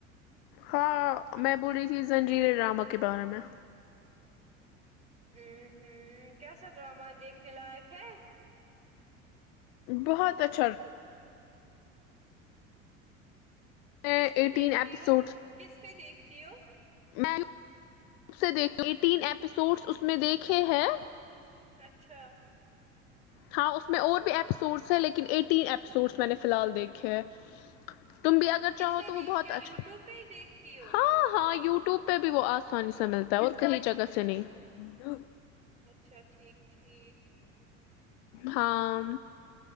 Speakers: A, on the left (about 50°); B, on the right (about 15°).
A: ہاں میں بول رہی تھی زنجیر ڈراما کے بارے میں
B: ہمم ہمم کیسا ڈرامہ دیکھنے لائق ہے
A: بہت اچھا میں
B: کس
A: ایٹین
B: پہ دیکھتی
A: ایپیسوڈس
B: ہو کس پہ دیکھتی ہو
A: میں نےب دیکھتی تین ایپیسوڈس اس میں دیکھے ہیں
B: اچھا
A: ہاں اس میں اور بھی اپپیسوڈس ہیں لیکن ایٹین ایپیسوڈس میں نے فی الحال دیکھے ہے تم بھی اگر
B: کس
A: چاہو
B: پہ
A: تو وہ
B: دیکھتی
A: بہت
B: ہو یوٹیوب
A: اچھا
B: پہ ہی دیکھتی ہو
A: ہاں ہاں یوٹیوب پہ بھی وہ آسانی سے ملتا ہے اور کی جگہ سے نہیں
B: اچھا ٹھیک ٹھیک
A: ہاں